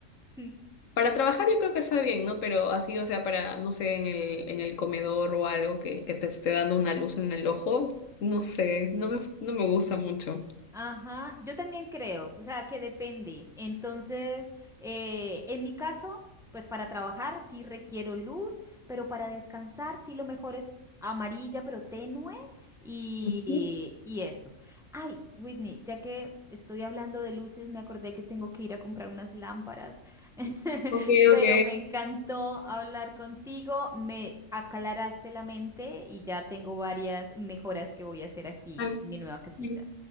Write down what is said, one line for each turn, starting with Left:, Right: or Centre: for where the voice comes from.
Centre: <laughs>
Left: para trabajar yo creo que está bien, ¿no? Pero así, o sea, para, no sé, en el, en el comedor o algo que, que te esté dando una luz en el ojo, no sé, no me, no me gusta mucho.
Centre: Ajá, yo también creo, o sea, que depende. Entonces, eh, en mi caso, pues para trabajar sí requiero luz, pero para descansar sí lo mejor es amarilla, pero tenue y,
Left: Ujú.
Centre: y eso. Ay, Whitney, ya que estoy hablando de luces, me acordé que tengo que ir a comprar unas lámparas, <laughs>
Left: Ok,
Centre: pero
Left: ok.
Centre: me encantó hablar contigo, me aclaraste la mente y ya tengo varias mejoras que voy a hacer aquí
Left: Ay,
Centre: en mi nueva casita.
Left: Me